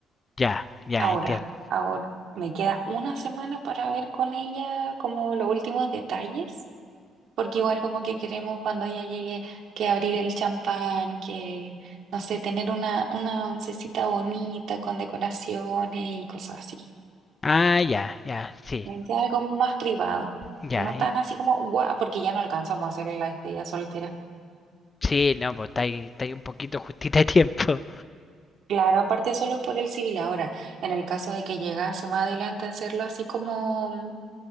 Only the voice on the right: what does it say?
Ahora,
ahora me queda una semana para ver con ella como los últimos detalles Porque igual como que queremos cuando ella llegue que abrir el champán, que, no sé, tener una, una oncecita bonita con decoraciones y cosas así.
¿Me entiendes? Algo más privado.
No tan
así como, guau, porque ya no alcanzamos a hacer la despedida soltera.
Claro, aparte solo por el civil ahora. En el caso de que llegase más adelante a hacerlo así como